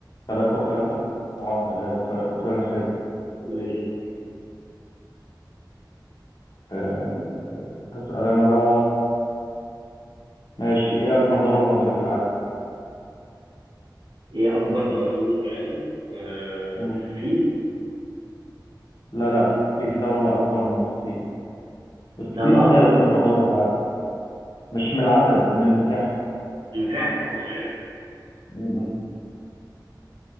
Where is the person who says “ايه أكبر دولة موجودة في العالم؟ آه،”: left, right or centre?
Right